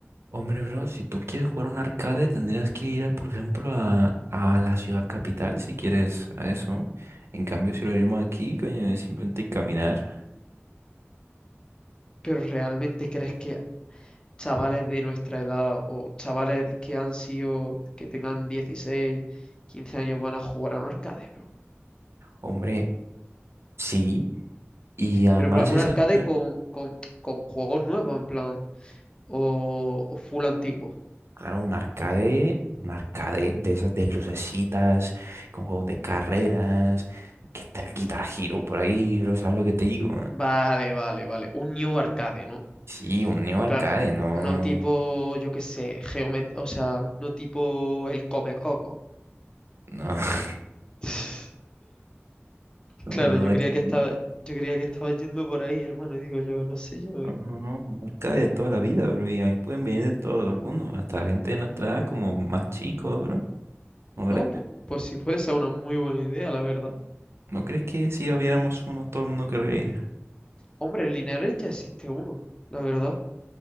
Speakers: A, on the right; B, on the left.
A: Hombre, bro, si tú quieres jugar un arcade, tendrías que ir, a, por ejemplo, a, a la ciudad capital si quieres a eso. En cambio, si lo abrimos aquí, coño, es simplemente caminar.
B: ¿Pero realmente crees que chavales de nuestra edad o chavales que han sido, que tengan 16 15 años van a jugar a un arcade, bro?
A: Hombre, sí. Y además
B: Pero en plan, un
A: es
B: arcade
A: en-
B: con, con, con juegos nuevos, en plan, o, o full antiguo.
A: claro, un arcade, un arcade de esas de lucecitas, con juegos de carreras, que está el Guitar Hero por ahí, bro, ¿sabes lo que te digo?
B: Vale, vale, vale. Un new arcade, ¿no?
A: Sí, un Neo
B: En
A: Arcade,
B: plan,
A: no,
B: no tipo, yo qué sé, Geomet, o sea, no tipo el Come Coco.
A: no. <laughs>
B: <laughs>
A: No,
B: Claro,
A: pero un
B: yo
A: arcade,
B: creía que estaba,
A: no,
B: yo creía que estaba yendo por ahí, hermano, y digo yo, no sé yo,
A: no,
B: ¿eh?
A: no, no, marca de toda la vida, bro. Y ahí pueden venir de todo el mundo, hasta gente de nuestra edad, como más chicos, bro. ¿No crees?
B: No, pues, pues sí puede ser una muy buena idea, la verdad.
A: ¿No crees que si abriéramos uno, todo el mundo querría ir?
B: Hombre, en Linares ya existe uno, la verdad.